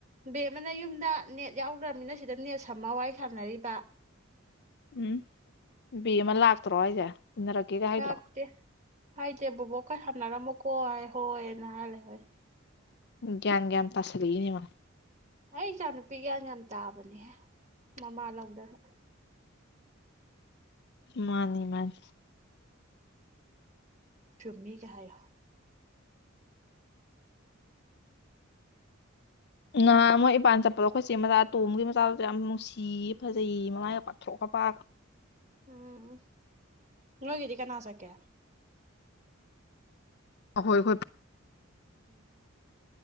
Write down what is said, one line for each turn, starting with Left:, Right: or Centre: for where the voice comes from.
Right: ꯕꯦꯝꯃꯅ ꯌꯨꯝꯗ ꯅꯦꯠ ꯌꯥꯎꯗ꯭ꯔꯃꯤꯅ ꯁꯤꯗ ꯅꯦꯠ ꯁꯝꯃ ꯋꯥꯔꯤꯏ ꯁꯥꯟꯅꯔꯤꯕ
Left: ꯎꯝ ꯕꯦꯃ ꯂꯥꯛꯇ꯭ꯔꯣ ꯑꯩꯁꯦ ꯏꯟꯅꯔꯛꯀꯦ ꯀ ꯍꯥꯏꯗ꯭ꯔꯣ
Right: ꯂꯥꯛꯇꯦ ꯍꯥꯏꯗꯦ ꯕꯣꯕꯣꯛꯈꯣꯏ ꯁꯥꯟꯅꯔꯝꯃꯨꯀꯣ ꯍꯥꯏ ꯍꯣꯏꯅ ꯍꯥꯏꯔꯦ ꯍꯣꯏ
Left: ꯭ꯒꯌꯥꯟꯒ ꯇꯥꯁꯤꯂꯛꯏꯅꯦ ꯃꯥ
Right: ꯑꯩ ꯏꯆꯥ ꯅꯨꯨꯄꯤ ꯒ꯭ꯌꯥꯝ ꯇꯥꯕꯅꯦꯍ° ꯃꯃꯥ ꯂꯧꯗꯅ
Left: ꯃꯥꯅꯤ ꯃꯥꯅꯤ
Right: ꯆꯨꯝꯃꯤ ꯀꯌꯥ ꯍꯥꯏ
Left: ꯅꯍꯥ ꯃꯣꯏ ꯏꯄꯥꯟ ꯆꯠꯄꯗꯣ ꯑꯩꯈꯣꯏꯆꯦ ꯃꯆꯥ ꯇꯣꯝꯕꯒꯤ ꯃꯆꯥꯗꯨꯗ ꯌꯥꯝ ꯅꯨꯡꯁꯤ ꯐꯖꯩ ꯃꯃꯥꯏꯒ ꯄꯥꯛꯊꯣꯛ ꯄꯥ
Right: ꯎꯝ ꯅꯣꯢꯒꯤꯗꯤ ꯀꯅꯥꯥ ꯆꯠꯀꯦ
Left: ꯑ ꯍꯣꯏ ꯍꯣꯏ
Right: ꯎꯝ